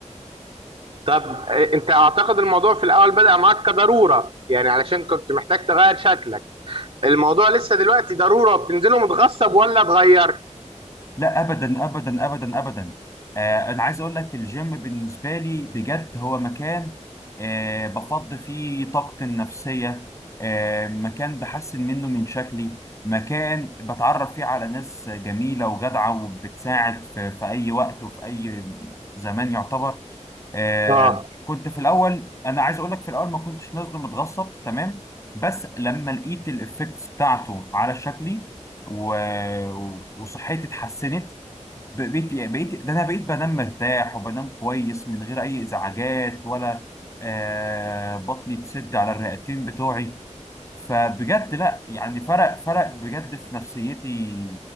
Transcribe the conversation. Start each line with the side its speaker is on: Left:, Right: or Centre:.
Right: طب اه، انت اعتقد الموضوع في الاول بدأ معاك كضرورة يعني علشان كنت محتاج تغير شكلك الموضوع لسه دلوقتي ضرورة بتنزله متغصب ولا اتغير؟
Left: لا ابدا ابدا ابدا ابدا آه انا عايز اقول لك الجيم بالنسبه لي بجد هو مكان آه بفض فيه طاقتي النفسيه آه مكان بحسن منه من شكلي مكان بتعرف فيه على ناس جميله وجدعه وبتساعد في, في اي وقت وفي اي زمان يعتبر آه
Right: اه
Left: كنت في الاول انا عايز اقول لك في الاول ما كنتش نازله متغصب تمام بس لما لقيت الافكتس بتاعته على شكلي و... وصحتي اتحسنت ب- بقيت يعني بقيت ده انا بقيت بنام مرتاح وبنام كويس من غير اي ازعاجات ولا آه بطني تسد على الرئتين بتوعي فبجد لا يعني فرق فرق بجد في نفسيتي